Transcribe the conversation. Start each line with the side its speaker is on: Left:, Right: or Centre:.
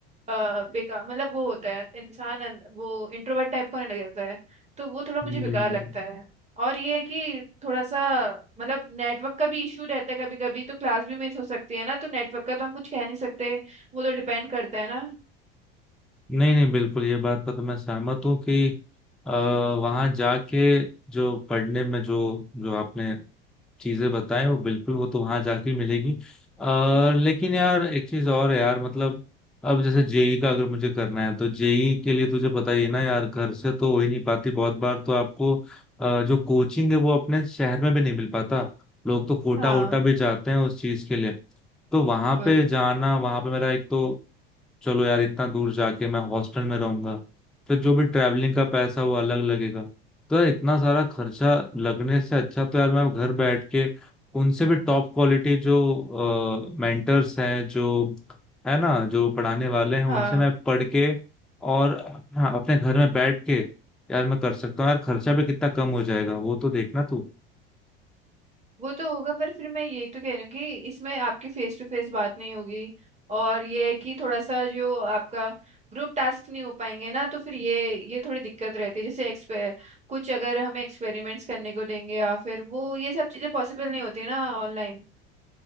Right: अ, बेकार मतलब वो होता है इंसान अंद- वो इंट्रोवर्ट टाइप का होने लग जाता है तो वो थोड़ा मुझे
Centre: हम्म
Right: बेकार लगता है और ये है कि थोड़ा सा मतलब नेटवर्क का भी इशू रहता है कभी कभी तो क्लास भी मिस हो सकती है ना तो नेटवर्क का तो हम कुछ कह नहीं सकते वो तो डिपेंड करता है ना
Centre: नहीं नहीं बिल्कुल ये बात पर तो मैं सहमत हूँ कि आ, वहां जाके जो पढ़ने में जो जो आपने चीजें बताएं वो बिल्कुल वो तो वहां जाके ही मिलेगी और लेकिन यार एक चीज और है यार मतलब अब जैसे जेई का अगर मुझे करना है तो जेई के लिए तुझे पता ही है ना यार घर से तो हो ही नहीं पाती बहुत बार तो आपको अ, जो कोचिंग है वो अपने शहर में भी नहीं मिल पाता लोग तो कोटा
Right: हाँ
Centre: वोटा भी जाते हैं उस चीज के लिए तो वहां
Right: वही
Centre: पे जाना वहां पे मेरा एक तो चलो यार इतना दूर जाके मैं हॉस्टल में रहूंगा फिर जो भी ट्रैवलिंग का पैसा वो अलग लगेगा तो यार इतना सारा खर्चा लगने से अच्छा तो यार मैं घर बैठ के उनसे भी टॉप क्वालिटी जो मेंटर्स हैं जो है ना जो पढ़ाने वाले हैं उनसे
Right: हाँ
Centre: मैं पढ़ के और हाँ अपने घर में बैठ के यार मैं कर सकता हूँ यार खर्चा भी कितना कम हो जाएगा वो तो देखना तू
Right: वो तो होगा पर फिर मैं ये तो कह रही हूँ कि इसमें आपकी फेस टू फेस बात नहीं होगी और ये है कि थोड़ा सा जो आपका ग्रुप टास्क नहीं हो पाएंगे ना तो फिर ये ये थोड़ी दिक्कत रहती है जैसे एक्सपे कुछ अगर हमें एक्सपेरिमेंट्स करने को देंगे या फिर वो ये सब चीजें पॉसिबल नहीं होती ना ऑनलाइन